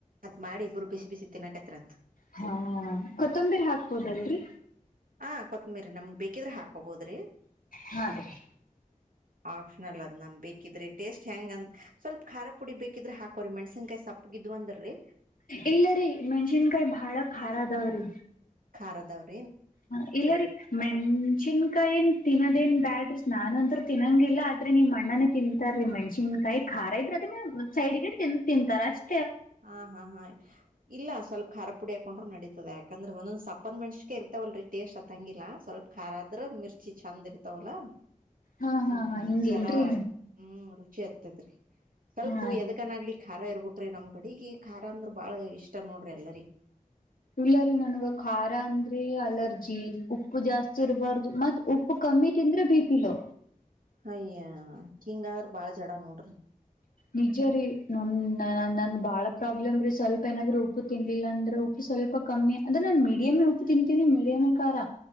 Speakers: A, on the right (about 80°); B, on the left (about 85°).
A: ಅತ್ ಮಾಡಿ ಇಬ್ಬರು ಬಿಸಿ ಬಿಸಿ ತಿನ್ನಕತ್ರಿ ಅಂತ
B: ಹಾ ಕೊತ್ತಂಬಿರಿ ಹಾಕ್ಬೋದಲ್ರರಿ
A: ಹಾ ಕೊತ್ಮಿ್ರರಿ ನಮ್ಗ್ ಬೇಕಿದ್ರೆ ಹಾಕೊಬೋದ್ರಿ
B: ಹಾ ರೀ
A: ಆಪ್ಷನಲ್ ಅದ್ ನಮ್ ಬೇಕಿದ್ರೆ ಟೇಸ್ಟ್ ಹೆಂಗಂತ ಸ್ವಲ್ಪ ಖಾರ ಪುಡಿ ಬೇಕಿದ್ರೆ ಹಾಕೋ್ರ ಮೆಣಸನ್ಾಯಿ ಸಪದವಾದ್ರೆ
B: ಇಲ್ಲರಿ ಮೆಣಸಿನ್ಕಾಯಿ ಬಾಳ ಖಾರ ಅದಾವ್ರಿ
A: ಖಾರ ಆದವರಿ
B: ಹ ಇಲ್ಲರೀ ಮೆಣಸಿನ್ಕಾಯಿ ಏನ್ ತಿನ್ನೋದೇನ್ ಬ್ಯಾಡ್ರಿ ನಾನಂದ ತಿನ್ನಂಗಿಲ್ಲ ಆದ್ರೆ ನೀವು ಅಣ್ಣನೇ ತಿಂತಾರೀ ಮಣಸಿನ್ಕಾಯಿ ಖಾರ ಇದ್ರೆ ಅದನ್ನ ಸೈಡ್ಗಿ ತಿಂತಾರ ಅಷ್ಟ
A: ಹಾ ಹಾ ಹಾ ಇಲ್ಲ ಸ್ವಲ್ಪ ಖಾರದ ಪುಡಿ ಹಾಕೊಂಡ್ರರು ನಡಿತಾ ಯಾಕಂದ್ರೆ ಒಂದೊಂದ ಸಪ್ಪನ್ ಮನ್ಷಿಕೆ ಇರ್ತವಲ್ರರಿ ಟೇಸ್ಟ್ ಅತ್ತಂಗಿಲ್ಲ ಸ್ವಲ್ಪ ಖಾರ ಆದ್ರ ಮಿರ್ಚಿ ಚೆಂದ ಇರ್ತಾವಲ್ಲ
B: ಹಾ ಹಾ
A: ಹೂ
B: ಹಾ ಹಿಂಗೇನ್ರಿ
A: ಚರಾ ಹೂ ಿ ಆಗ್ತತ್ ರೀ ಸ್ವಲ್ಪ
B: ಹಾ
A: ಎದಗನಾಗ್ಲಿ ಖಾರ ಇರ್ಬೇಕಕ್್ರೀ ನಮ ಕಡೆಿಗೆ ಖಾರ ಅಂದ್ರ ಬಾಳ ಇಷ್ಟ ನೋಡ್ರಿ ಎಲ್ಲರಿ
B: ಇಲ್ಲಾರಿೀ ನನ್ಗ ಖಾರ ಅಂದ್ರೆ ಅಲರ್ಜಿ ಉಪ್ಪು ಜಾಸ್ತಿ ಇರಬಾರ್ದು ಮತ್ತ್ ಉು ಕಮ್ಮಿ ತಿಂದ್ರೆ ಬಿಪಿ ಲೋ
A: ಅಯ್ಯ ಹಿಂಗಾದ್ರ ಬಾಳ ಜಡ ನೋಡ್ರಿ
B: ನಿಜ ರೀ ನಮ್ ನಂದ ಬಾಳ ಪ್ರಾಬ್ಲಮ್ ರೀ ಸ್ವಲ್ಪ ಏನಾದ್ರೂ ಉಪ್ಪು ತಿನ್ಲಿಲ್ಲ ಅಂದ್ರೆ ಉಪ್ಪ ಸ್ವಲ್ಪ ಕಮ್ಮಿ ಅಂದ್ರೆ ನಾನ್ ಮೀಡಿಯಮೇ ಉಪ್ಪು ತಿಂತೀನಿ ಮೀಡಿಯಮೇ ಖಾರ